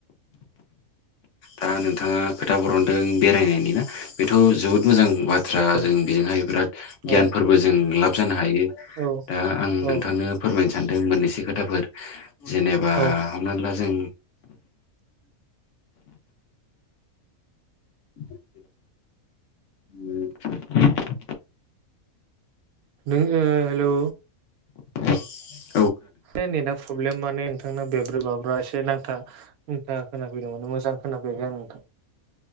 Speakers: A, on the left; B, on the right.
A: दा नोंथाङा खोथा बरनदों बेरायनायनि ना बेथ' जोबोद मोजां बाथ बाथ्रा
B: औ
A: जों बेजोंहाय बिराद
B: औ
A: गियानफोरबो जों लाब जानो हायो।
B: औ
A: दा आं
B: औ
A: नोंथांनो फोरमायनो सानदों मोननैसो खोथाफोर जेनेबा
B: औ
A: हमना ला जों <unintelligible>
B: नों ओ हेलौ
A: <unintelligible>
B: एसे नेटा प्रब्लेम माने नोंथांना बेब्रे बाब्रा एसे नांथा था खोनाफैदोंमोनान मोजां खोनाफैयाखै आं नोंथां।